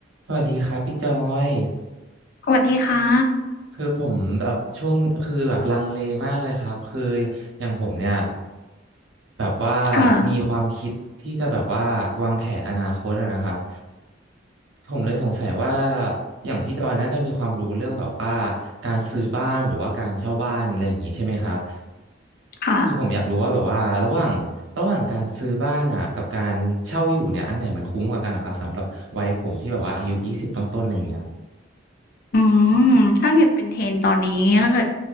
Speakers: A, on the right; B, on the left.
A: สวัสดีครับพี่จอย
B: สวัสดีค่ะ
A: คือผมแบบช่วงคือแบบลังเลมากเลยครับคืออย่างผมเนี่ยแบบว่า
B: ค่ะ
A: มีความคิดที่จะแบบว่าวางแผนอนาคตอะนะครับผมเลยสงสัยว่าอย่างพี่จอยน่าจะมีความรู้เรื่องแบบว่าการซื้อบ้านหรือว่าการเช่าบ้านอะไรอย่างนี้ใช่ไหมครับ
B: ค่ะ
A: คือผมอยากรู้ว่าแบบว่าระหว่างระหว่างการซื้อบ้านอ่ะกับการเช่าอยู่เนี่ยอันไหนมันคุ้มกว่ากันนะครับสำหรับวัยผมที่แบบว่าอายุยี่สิบต้นๆอะไรอย่างเงี้ย
B: อืมถ้าเกิดเป็น trend ตอนนี้ถ้าเกิด